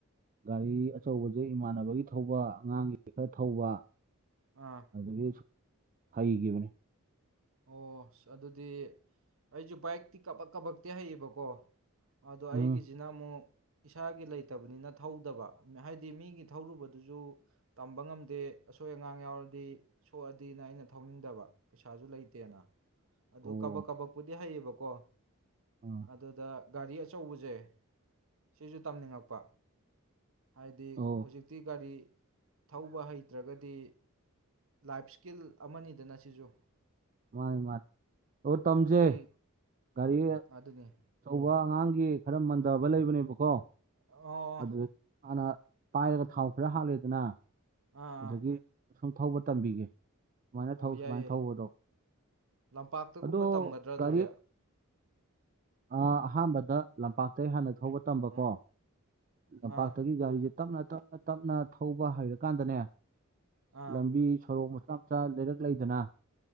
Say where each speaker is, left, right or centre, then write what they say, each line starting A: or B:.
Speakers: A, on the right (about 40°); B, on the right (about 65°).
A: ꯒꯥꯔꯤ ꯑꯆꯧꯕꯁꯦ ꯏꯃꯥꯟꯅꯕꯒꯤ ꯊꯧꯕ ꯑꯉꯥꯡꯒꯤ ꯈꯔ ꯊꯧꯕ
B: ꯑꯥ
A: ꯑꯗꯒꯤ ꯍꯩꯒꯤꯕꯅꯦ
B: ꯑꯣ ꯑꯗꯨꯗꯤ ꯑꯩꯁꯨ ꯕꯥꯏꯛꯇꯤ ꯀꯕꯛ ꯀꯕꯛꯇꯤ ꯍꯩꯌꯦꯕꯀꯣ ꯑꯗꯣ
A: ꯎꯝ
B: ꯑꯩꯒꯤꯁꯤꯅ ꯑꯃꯨꯛ ꯏꯁꯥꯒꯤ ꯂꯩꯇꯕꯅꯤꯅ ꯊꯧꯗꯕ ꯍꯥꯏꯗꯤ ꯃꯤꯒꯤ ꯊꯧꯔꯨꯕꯗꯨꯁꯨ ꯇꯝꯕ ꯉꯝꯗꯦ ꯑꯁꯣꯏ ꯑꯉꯥꯝ ꯌꯥꯎꯔꯗꯤ ꯁꯣꯛꯑꯗꯤꯅ ꯑꯩꯅ ꯊꯧꯅꯤꯡꯗꯕ ꯄꯩꯁꯥꯁꯨ ꯂꯩ ꯇꯦꯅ ꯑꯗꯨ
A: ꯑꯣ
B: ꯀꯕꯛ ꯀꯕꯛꯄꯨꯗꯤ ꯍꯩꯌꯦꯕꯀꯣ
A: ꯑꯥ
B: ꯑꯗꯨꯗ ꯒꯥꯔꯤ ꯑꯆꯧꯕꯁꯦ ꯁꯤꯁꯨ ꯇꯝꯅꯤꯡꯉꯛꯄ ꯍꯥꯏꯗꯤ
A: ꯑꯣ
B: ꯍꯧꯖꯤꯛꯇꯤ ꯒꯥꯔꯤ ꯊꯧꯕ ꯍꯩꯇ꯭ꯔꯒꯗꯤ ꯂꯥꯏꯐ ꯏꯁ꯭ꯀꯤꯜ ꯑꯃꯅꯤꯗꯅ ꯁꯤꯁꯨ
A: ꯃꯥꯅꯤ ꯃꯥꯅꯤ ꯍꯣ ꯇꯝꯖꯦ
B: ꯑꯇꯩ
A: ꯒꯥꯔꯤ ꯑꯆꯧꯕ
B: ꯑꯗꯨꯅꯤ
A: ꯑꯉꯥꯡꯒꯤ ꯈꯔ ꯃꯟꯙꯕ ꯂꯩꯕꯅꯦꯕꯀꯣ
B: ꯑꯣ
A: ꯑꯗꯨꯗ ꯍꯥꯟꯅ ꯄꯥꯏꯔꯒ ꯊꯥꯎ ꯈꯔ ꯍꯥꯜꯂꯦꯗꯅꯥ
B: ꯑꯥ ꯑꯥ
A: ꯑꯗꯒꯤ ꯁꯨꯝ ꯊꯧꯕ ꯇꯝꯕꯤꯒꯦ ꯁꯨꯃꯥꯏꯅ
B: ꯑꯣ
A: ꯊꯧ
B: ꯌꯥꯏꯌꯦ
A: ꯁꯨꯃꯥꯏꯅ ꯊꯧꯑꯣꯗꯣ
B: ꯂꯝꯄꯥꯛꯇꯒꯨꯝꯕ
A: ꯑꯗꯣ
B: ꯇꯝꯒꯗ꯭ꯔꯥ ꯑꯗꯨꯗꯤ
A: ꯒꯥꯔꯤ ꯑꯥ ꯑꯍꯥꯟꯕꯗ ꯂꯝꯄꯥꯛꯇꯩ ꯍꯥꯟꯅ ꯊꯧꯕ ꯇꯝꯕꯀꯣ
B: ꯑꯥ
A: ꯂꯝꯄꯥꯛꯇꯒꯤ
B: ꯑꯥ
A: ꯒꯥꯔꯤꯁꯦ ꯇꯞꯅ ꯇꯞꯅ ꯇꯞꯅ ꯊꯧꯕ ꯍꯩꯔꯀꯥꯟꯗꯅꯦ
B: ꯑꯥ
A: ꯂꯝꯕꯤ ꯁꯣꯔꯣꯛ ꯃꯆꯥ ꯃꯆꯥ ꯂꯩꯔꯛ ꯂꯩꯗꯅꯥ